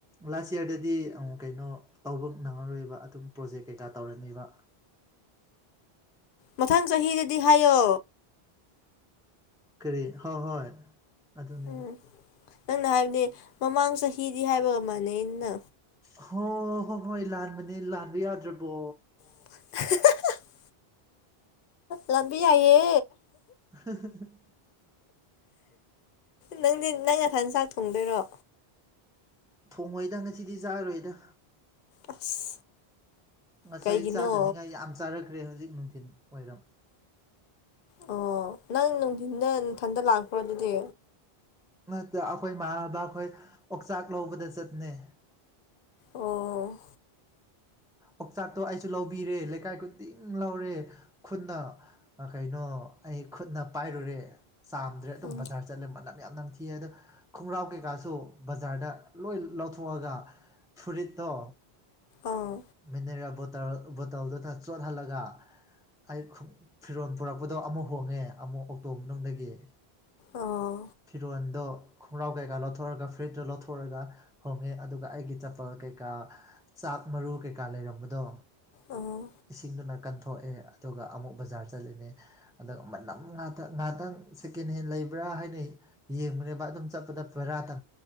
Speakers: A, in the centre; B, on the left.
A: ꯂꯥꯁ ꯌꯌꯥꯔꯗꯗꯤꯛ ꯀꯩꯅꯣ ꯇꯧꯕ ꯅꯪꯉꯔꯣꯏꯕ ꯑꯗꯨꯝ ꯄ꯭ꯔꯣꯖꯦꯛ ꯀꯩꯀꯥ ꯇꯧꯔꯅꯤꯕ
B: ꯃꯊꯪ ꯆꯍꯤꯗꯗꯤ ꯍꯥꯏꯌꯣ
A: ꯀꯔꯤ ꯍꯣꯏ ꯍꯣꯏ ꯑꯗꯨꯅꯦ
B: ꯎꯝ ꯅꯪꯅ ꯍꯥꯏꯕꯗꯤ ꯃꯃꯥꯡ ꯆꯍꯤꯗꯤ ꯍꯥꯏꯕꯒ ꯃꯥꯟꯅꯩ ꯑꯩꯅ
A: ꯍꯣ ꯍꯣꯏ ꯍꯣꯏ ꯂꯥꯟꯕꯅꯦ ꯂꯥꯟꯕ ꯌꯥꯗ꯭ꯔꯕꯣ
B: <unintelligible> ꯂꯝꯕꯤ ꯌꯥꯏꯌꯦ
A: <unintelligible>
B: ꯅꯪꯗꯤ ꯅꯪ ꯅꯊꯥꯟ ꯆꯥꯛ ꯊꯣꯡꯗꯣꯏꯔꯣ
A: ꯊꯣꯡꯉꯣꯏꯗ ꯉꯁꯤꯗꯤ ꯆꯥꯔꯣꯏꯗ
B: ꯑꯁ
A: ꯉꯁꯥꯏ
B: ꯀꯩꯒꯤꯅꯣ
A: ꯆꯥꯗꯅꯤꯡꯉꯥꯏ ꯌꯥꯝ ꯆꯥꯔꯛꯈ꯭ꯔꯦ ꯍꯧꯖꯤꯛ ꯅꯨꯡꯊꯤꯜ ꯋꯥꯏꯔꯝ
B: ꯑꯣ ꯅꯪ ꯅꯨꯡꯊꯤꯟꯗ ꯅꯥꯊꯟꯇ ꯂꯥꯛꯄ꯭ꯔꯣ ꯑꯗꯨꯗꯤ
A: ꯅꯠꯇ ꯑꯩꯈꯣꯏ ꯃꯥꯥꯟꯅꯗ ꯑꯩꯈꯣꯏ ꯑꯣꯛꯆꯥꯛ ꯂꯧꯕꯗ ꯆꯠꯄꯅꯩ
B: ꯑꯣ
A: ꯑꯣꯆꯥꯛꯇꯣ ꯑꯩꯁꯨ ꯂꯧꯕꯤꯔꯦ ꯂꯩꯀꯥꯏ ꯈꯨꯗꯤꯡ ꯂꯧꯔꯦ ꯈꯨꯠꯅ ꯀꯩꯅꯣ ꯑꯩ ꯈꯨꯠꯅ ꯄꯥꯏꯔꯨꯔꯦ ꯆꯥꯝꯗ꯭ꯔꯦ ꯑꯗꯨꯝ
B: ꯎꯝ
A: ꯕꯖꯥꯔ ꯆꯠꯂꯦ ꯃꯅꯝ ꯌꯥꯝ ꯅꯝ ꯊꯤꯑ ꯑꯗꯣ ꯈꯣꯡꯒ꯭ꯔꯥꯎ ꯀꯩꯀꯥꯁꯨ ꯕꯖꯥꯔꯗ ꯂꯣꯏ ꯂꯧꯊꯣꯛꯑꯒ ꯐꯨꯔꯤꯠꯇꯣ
B: ꯑꯥ
A: ꯃꯤꯅꯔꯦꯜ ꯕꯣꯇ ꯕꯣꯇꯜꯗꯨꯗ ꯆꯣꯠꯍꯜꯂꯒ ꯑꯩ ꯐꯤꯔꯣꯜ ꯄꯨꯔꯛꯄꯗꯣ ꯑꯃꯨꯛ ꯍꯣꯡꯉꯦ ꯑꯃꯨꯛ ꯑꯣꯛꯇꯣ ꯃꯅꯨꯡꯗꯒꯤ
B: ꯑꯥ
A: ꯐꯤꯔꯣꯟꯜꯗꯣ ꯈꯣꯡꯒ꯭ꯔꯥꯎ ꯀꯩꯀꯥ ꯂꯧꯊꯣꯔꯒ ꯐ꯭ꯔꯤꯖꯇꯣ ꯂꯧꯊꯣꯛꯒ ꯍꯣꯡꯉꯦ ꯑꯗꯨꯒ ꯑꯩꯒꯤ ꯆꯄꯜ ꯀꯩꯀꯥ ꯆꯥꯛ ꯃꯔꯨ ꯀꯩꯀꯥ ꯂꯩꯔꯝꯕꯗꯣ
B: ꯑꯥ
A: ꯁꯤꯡꯗꯨꯅ ꯀꯟꯊꯣꯛꯑꯦ ꯑꯗꯨꯒ ꯑꯃꯨꯛ ꯕꯖꯥꯔ ꯆꯠꯂꯤꯅꯦ ꯑꯗꯨꯒ ꯃꯅꯝ ꯉꯥꯏꯍꯇꯪ ꯉꯥꯏꯍꯥꯛꯇꯪ ꯁꯦꯀꯦꯟ ꯍꯦꯟ ꯂꯩꯕ꯭ꯔꯥ ꯍꯥꯏꯅꯩ ꯌꯦꯡꯕꯅꯦꯕ ꯑꯗꯨꯝ ꯆꯠꯄꯗ ꯄꯕꯦꯔꯥꯇ